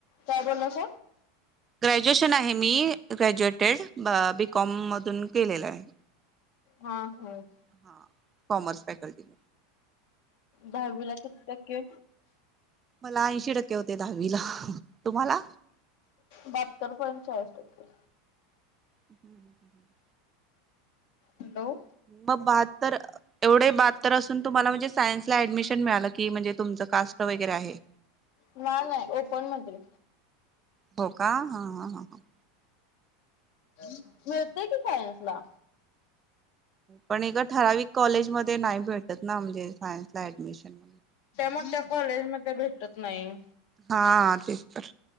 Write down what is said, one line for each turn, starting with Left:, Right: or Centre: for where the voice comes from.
Left: काय बोललास
Right: ग्रॅज्युएशन आहे मी ग्रॅज्युएटेड बीकॉम मधून केलेलं आहे.
Left: हा होय.
Right: हा कॉमर्स फॅकल्टी.
Left: दहावीला कती टके.
Right: मला ऐंशी टक्के होते दहावीला. तुम्हाला?
Left: बहाततर पॉइंट चाळीस टक्के.
Right: हम्म ह <inaudible>
Left: हॅलो.
Right: म बाहत्तर एवढे बाहत्तर असून तुम्हाला म्हणजे सायन्सला ऍडमिशन मिळालं की म्हणजे तुमचं कास्ट वगैरे आहे.
Left: ना नाही ओपन म्हंते मी.
Right: हो का? हा हा ह.
Left: मिळते की सायन्सला.
Right: पण एका ठराविक कॉलेज मध्ये नाही भेटत ना म्हणजे सायन्सला ऍडमिशन.
Left: च्या मोठ्या कॉलेजमध्ये भेटत नाही.
Right: हा तेच तर